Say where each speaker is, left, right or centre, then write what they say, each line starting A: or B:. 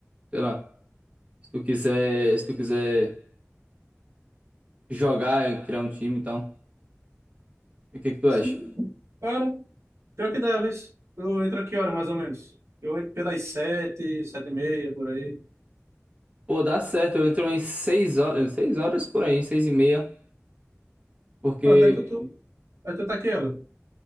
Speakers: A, on the right (about 25°); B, on the right (about 65°).
A: Sei lá. Se tu quiser, se tu quiser jogar, criar um time e tal. E o que que tu acha?
B: Sim, claro. Pior que deves. Tu entra que hora, mais ou menos? Eu entro pelas sete, sete e meia, por aí.
A: Pô, dá certo, eu entro umas seis horas, 6 horas por aí, 6 e meia, porque
B: Pronto, aí tu, tu, aí tu tá aqui, ela.